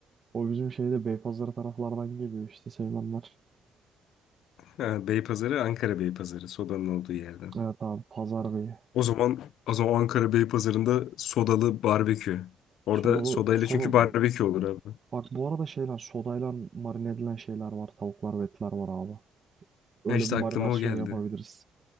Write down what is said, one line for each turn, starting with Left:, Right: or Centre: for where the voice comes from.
Right: o bizim şeyde Beypazarı taraflardan geliyor işte Seymenler.
Left: Ha, Beypazarı Ankara Beypazarı sodanın olduğu yerden.
Right: Evet abi Pazar Bey'i.
Left: O zaman o zaman Ankara Beypazarı'nda sodalı barbekü. Orada
Right: Sodalı
Left: sodayla
Right: soda.
Left: çünkü barbekü olur abi.
Right: Bak bu arada şeyler sodayla marine edilen şeyler var. Tavuklar ve etler var abi. Öyle
Left: Ha işte
Right: bir Hmm.
Left: aklıma
Right: marinasyon
Left: o geldi.
Right: yapabiliriz.